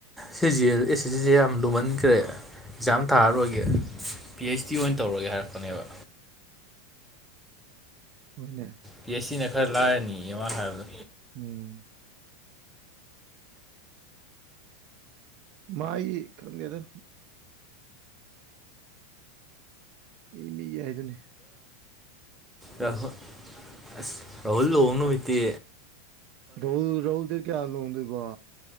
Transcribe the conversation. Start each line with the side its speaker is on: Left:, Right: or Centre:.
Centre: ꯁꯤꯁꯦ ꯑꯦꯁ ꯑꯦ ꯁꯤꯁꯦ ꯌꯥꯝ ꯂꯨꯃꯟꯈ꯭ꯔꯦ ꯑꯦꯛꯖꯥꯝ ꯊꯥꯔꯔꯣꯏꯒꯦ ꯄꯤ ꯑꯩꯩꯆ ꯗꯤ ꯑꯣꯏꯅ ꯇꯧꯔꯒꯦ ꯍꯥꯏꯔꯛꯄꯅꯦꯕ
Right: ꯍꯅꯦ
Centre: ꯄꯤ ꯑꯩꯆ ꯁꯤꯅ ꯈꯔ ꯂꯥꯏꯔꯅꯤꯌꯦꯃ ꯍꯥꯏꯕꯗ
Right: ꯎꯝ ꯃꯥꯒꯤ ꯈꯗꯦ ꯑꯗꯨ ꯏ ꯃꯤ ꯌꯥꯏꯗꯨꯅꯦ
Centre: ꯔꯍꯨꯜ ꯑꯁ ꯔꯥꯍꯨꯜ ꯂꯍꯣꯡ ꯅꯨꯃꯤꯠꯇ
Right: ꯔꯍꯜ ꯔꯍꯜꯗ ꯀꯌꯥ ꯍꯜ ꯍꯗ ꯋꯥ